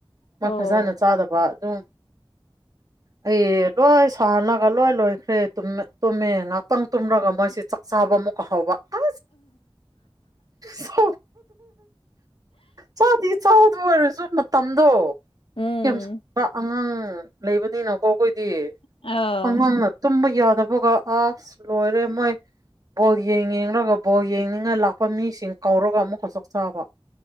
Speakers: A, on the right; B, on the left.
A: ꯃꯣꯏ
B: ꯑꯣ
A: ꯐꯖꯅ ꯆꯥꯗꯕ ꯑꯗꯨꯝ ꯑꯩ ꯂꯣꯏ ꯁꯂꯒ ꯂꯣꯏ ꯂꯣꯏꯈ꯭ꯔꯦ ꯇꯨꯝꯃꯦ ꯉꯍꯥꯛꯇꯪ ꯇꯨꯝꯔꯒ ꯃꯣꯏꯁꯤ ꯆꯥꯛ ꯆꯥꯕ ꯑꯃꯨꯛ ꯍꯥꯎꯕ ꯑ ꯁ ꯆꯥꯗꯤ ꯏꯆꯗ ꯑꯣꯏꯔꯁꯨ ꯃꯇꯝꯗꯣ
B: ꯎꯝ
A: ꯌꯥꯝ ꯁꯕ ꯑꯉꯥꯡ ꯂꯩꯕꯅꯤꯅꯀꯣ ꯑꯩꯈꯣꯏꯗꯤ
B: ꯑꯥ
A: ꯈꯪꯍꯥꯡꯅ ꯇꯨꯝꯕ ꯌꯥꯗꯕꯒ ꯑꯁ ꯂꯣꯏꯔꯦ ꯃꯣꯏ ꯕꯣꯜ ꯌꯦꯡ ꯌꯦꯡꯂꯡꯒ ꯕꯣꯜ ꯌꯦꯡꯅꯤꯡꯉ ꯂꯥꯛꯄ ꯃꯤꯁꯤꯡ ꯀꯧꯔꯒ ꯑꯃꯨꯛ ꯈ ꯆꯣꯛ ꯆꯥꯕ